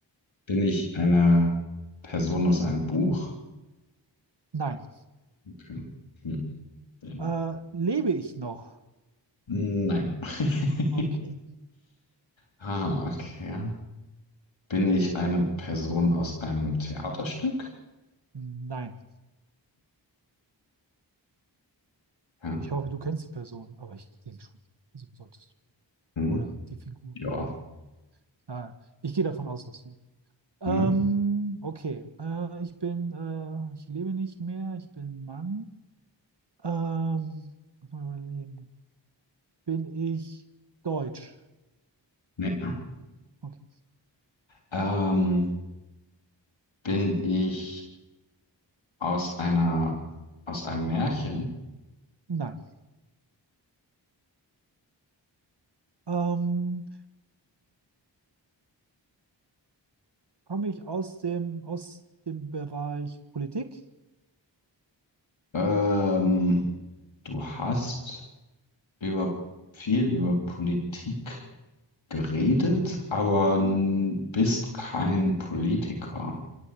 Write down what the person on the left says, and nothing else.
Bin ich eine Person aus einem Buch?
Okay. Hm. Dann-
Nein. <laughs>
Ah, okay. Bin ich eine Person aus einem Theaterstück?
Ja.
Mhm.
Ja.
Mhm.
Nee.
Ähm, bin ich Aus einer, aus einem Märchen.
Ähm, du hast über viel über Politik geredet, aber n- bist kein Politiker.